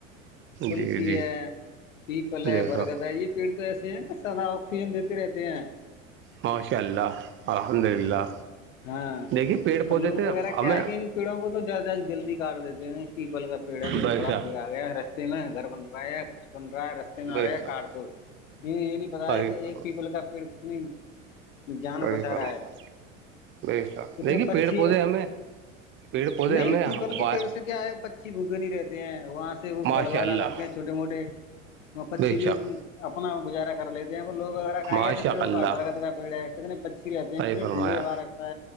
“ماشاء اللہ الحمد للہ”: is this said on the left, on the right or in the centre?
Right